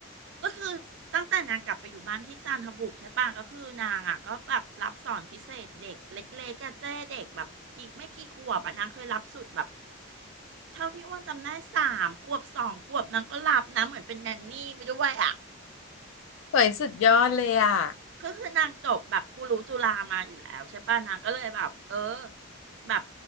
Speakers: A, on the right; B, on the left.
A: ก็คือตั้งแต่นางกลับไปอยู่บ้านที่จันทบุรีใช่ปะก็คือนางอ่ะก็แบบรับสอนพิเศษเด็กเล็กๆอะเจ้เด็กแบบกี่ไม่กี่ขวบอ่ะนางเคยรับสุดแบบเท่าที่อ้วนจำได้สามขวบสองขวบนางก็รับนะเหมือนเป็นแนนนี่ไปด้วยอ่ะ
B: เฮ้ยสุดยอดเลยอ่ะ
A: ก็คือนางจบแบบครูรู้จุฬามาอยู่แล้วใช่ป่ะนางก็เลยแบบเออแบบ